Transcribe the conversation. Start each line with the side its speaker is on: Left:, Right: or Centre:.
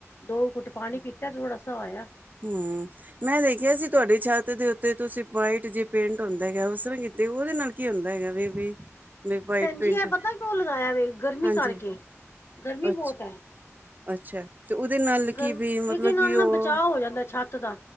Left: ਦੋ ਕੁੱਟ ਪਾਣੀ ਪੀਤਾ ਤੇ ਥੋੜਾ ਸ ਹੋਇਆ
Right: ਹਮ ਮੈਂ ਦੇਖਿਆ ਸੀ ਤੁਹਾਡੀ ਛੱਤ ਦੇ ਉੱਤੇ ਤੁਸੀਂ ਵਾਈਟ ਜੇ ਪੇਂਟ ਹੁੰਦਾ ਹੈਗਾ ਉਸ ਤਰ੍ਹਾਂ ਕੀਤੇ ਉਹਦੇ ਨਾਲ ਕੀ ਹੁੰਦਾ ਹੈਗਾ ਵੀ ਵੀ ਵੀ ਵਾਈਟ
Left: ਭੈਣਜੀ
Right: ਪੇਂਟ
Left: ਇਹ ਪਤਾ ਕਿ ਉਹ ਲਗਾਇਆ ਵੇ ਗਰਮੀ
Right: ਹਾਂਜੀ
Left: ਕਰਕੇ ਗਰਮੀ ਬਹੁਤ
Right: ਅੱਛਾ
Left: ਹੈ
Right: ਅੱਛਾ ਤੇ ਉਹਦੇ ਨਾਲ
Left: ਗਰਮ
Right: ਕੀ ਵੀ
Left: ਇਹਦੇ
Right: ਮਤਲਬ
Left: ਨਾਲ
Right: ਕਿ
Left: ਨਾ
Right: ਉਹ
Left: ਬਚਾਅ ਹੋ ਜਾਂਦਾ ਛੱਤ ਦਾ